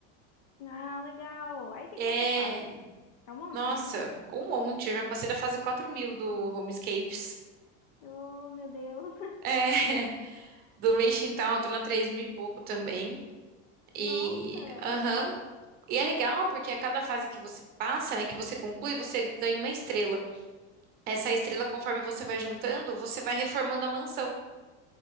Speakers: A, on the left; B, on the right.
A: Ah, legal. Aí tem
B: É,
A: quantas fases? É um monte,
B: nossa,
A: né?
B: um monte. Eu já passei da fase 4000 do Homescapes.
A: Oh, meu Deus.
B: É, <laughs> do Meixin Town, eu tô na 3000 e pouco também.
A: <laughs>
B: E,
A: Nossa!
B: aham. E é legal porque a cada fase que você passa, né, que você conclui, você ganha uma estrela. Essa estrela, conforme você vai juntando, você vai reformando a mansão.